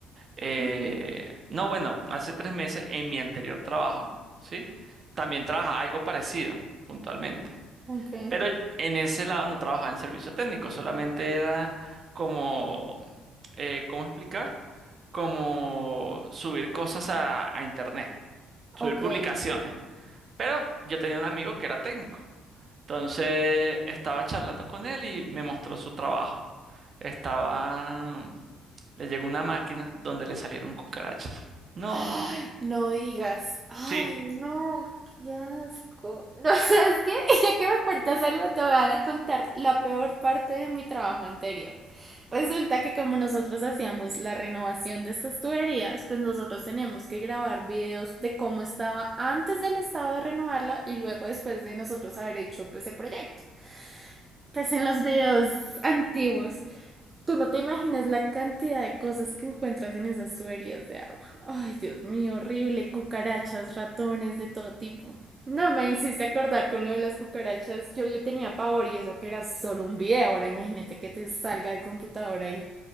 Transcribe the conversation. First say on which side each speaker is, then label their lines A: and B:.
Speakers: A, on the right; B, on the right.
A: eh,
B: Ujú,
A: no, bueno, hace tres meses en mi anterior trabajo, ¿sí? También trabajaba algo parecido, puntualmente.
B: Ok.
A: Pero en ese lado no trabajaba en servicio técnico, solamente era como, eh, ¿cómo explicar? Como subir cosas a, a internet, subir
B: Ok.
A: publicaciones. Pero yo tenía un amigo que era técnico. Entonces estaba charlando con él y me mostró su trabajo. Estaba... Le llegó una máquina donde le salieron cucarachas. No,
B: Ay, no digas. Ay,
A: sí.
B: no, qué asco. No, <laughs> ¿sabes qué? Ya que me cuentas algo, te voy a contar la peor parte de mi trabajo anterior. Resulta que como nosotros hacíamos la renovación de estas tuberías, pues nosotros teníamos que grabar videos de cómo estaba antes del estado de renovarla y luego después de nosotros haber hecho pues el proyecto. pues en los videos antiguos. Tú no te imaginas la cantidad de cosas que encuentras en esas tuberías de agua. Ay, Dios mío, horrible. Cucarachas, ratones, de todo tipo. No me hiciste acordar con lo de las cucarachas. Yo le tenía pavor y eso que era solo un video. Ahora imagínate que te salga el computador ahí.